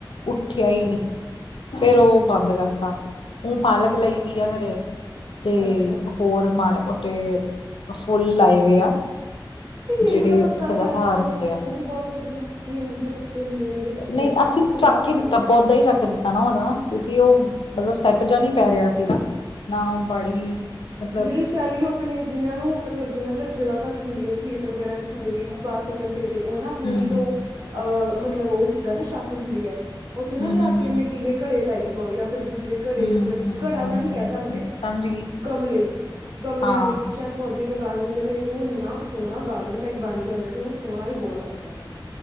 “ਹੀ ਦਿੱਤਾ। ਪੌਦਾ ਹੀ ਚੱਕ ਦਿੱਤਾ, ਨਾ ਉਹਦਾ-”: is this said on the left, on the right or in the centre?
Left